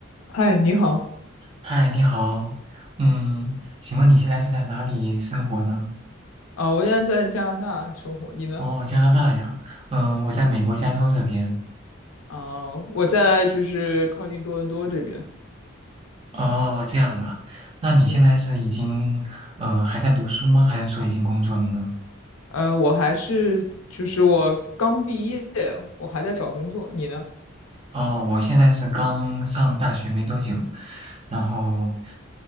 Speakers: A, on the left; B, on the right.
A: 嗨，你好
B: 嗨，你好，嗯，请问你现在是在哪里生活呢？
A: 啊，我现在在加拿大生活，你呢？
B: 哦，加拿大呀，嗯、我在美国加州这边。
A: 啊，我在就是靠近多伦多这边，
B: 哦，这样啊，那你现在是已经呃还在读书吗？
A: 嗯，
B: 还是说已经工作了呢？
A: 呃，我还是就是我刚毕业，我还在找工作，你呢？
B: 哦，我现在是刚上大学没多久，然后